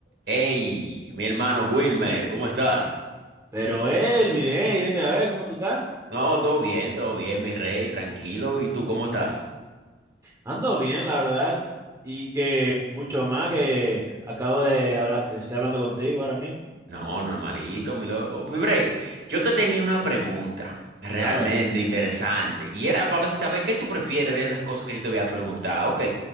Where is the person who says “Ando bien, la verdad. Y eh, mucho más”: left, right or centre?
Right